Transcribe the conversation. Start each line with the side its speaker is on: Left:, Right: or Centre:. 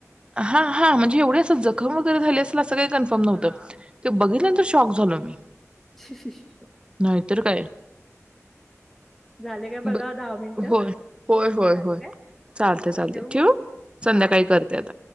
Right: हा हा म्हणजे एवढ्या सा जखम वगरे झाली असेल असं तसकाही कन्फर्म नव्हत
Centre: हा
Right: ते बघीतल्या नंतर शॉ शॉक झालो मी
Centre: शी शी शी
Right: नाहीतर काय
Centre: झाले का
Right: ब-
Centre: बघा दहा मिनंट
Right: होय होय होय
Centre: झाले
Right: होय
Centre: काय?
Right: चालते
Centre: चालतय
Right: चालते
Centre: ठेवु
Right: ठेवू
Centre: मग
Right: संध्याकाळी
Centre: हा हा
Right: करते आता.